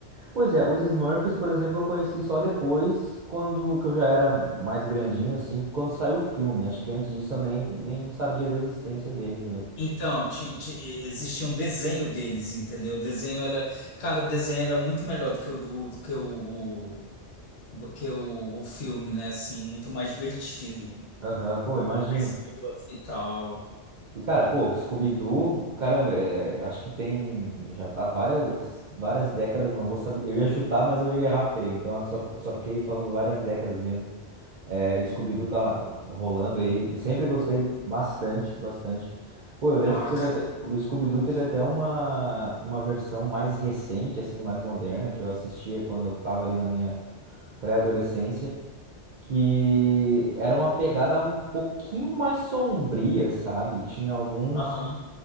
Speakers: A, on the right; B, on the left.
A: Pois é, os Smurfs, por exemplo, eu conheci só depois, quando que eu já era mais grandinho, assim, quando saiu o filme. Acho que antes disso eu nem, nem sabia da existência deles mesmo.
B: Então, ti- ti- existia um desenho deles, entendeu? O desenho era, cara, o desenho era muito melhor do que o do, do que o, o- do que o, o filme, né? Assim, muito mais divertido.
A: Aham, pô,
B: O
A: imagino.
B: mais Smurf e tal.
A: E, cara, pô, Scooby-Doo, caramba, é, é, acho que tem, já tá várias, várias décadas, não vou saber. Eu ia chutar, mas eu ia errar feio, então eu só, eu só fiquei falando várias décadas mesmo. É, o Scooby-Doo tá rolando aí. Sempre gostei bastante, bastante. Pô, eu lembro
B: Ah,
A: que teve
B: cara,
A: até, o Scooby-Doo
B: monstro.
A: teve até uma, uma versão mais recente, assim, mais moderna, que eu assistia quando eu tava ali na minha pré-adolescência, que era uma pegada um pouquinho mais sombria, sabe? Tinha alguns,
B: Aham.